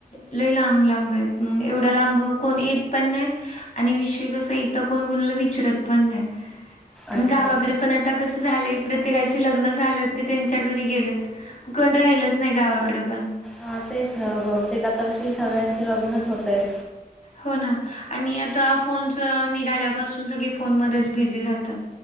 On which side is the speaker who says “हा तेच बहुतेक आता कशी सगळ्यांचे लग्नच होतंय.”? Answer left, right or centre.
Centre